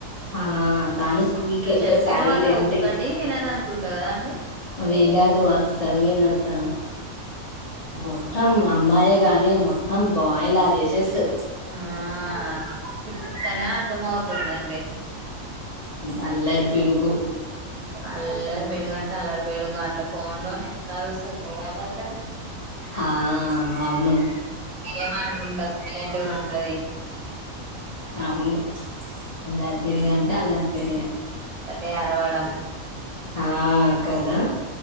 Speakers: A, on the left; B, on the right.
A: ఆ తాను స్కూల్
B: అసలు
A: కి వెళ్తే
B: చెప్పిన
A: సాయిలెంట్
B: మాట ఒక్కటి వినద అనుకుంటా కదా అండి
A: వేళదు అ సే నర్తాను మత్తం అమ్మాయ గాని మొత్తం బాయిల్ ఆ చేసే
B: ఆస్తనే అర్దమతు అ
A: అలరి పడిగు
B: అల్లరి బడుగంటే అల్లరి పడుగు అట్లా ఫోన్ లోనే ఎలాారు వస్తుందిగాంటసర
A: ఆ అవును
B: ఏమకుంటా స ఇలాంటివి ఉంటది
A: అవును అల్లారి పీడిగా అంటే అల్లారి పీడిగా
B: మట్టే అరవాడ
A: ఆ కదా